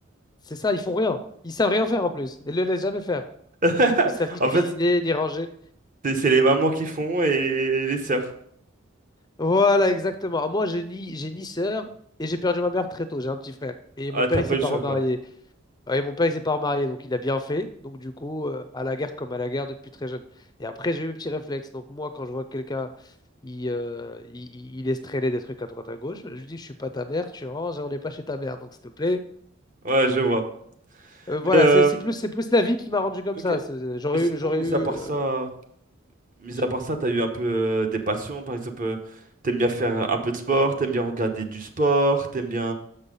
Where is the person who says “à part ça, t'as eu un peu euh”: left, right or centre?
Right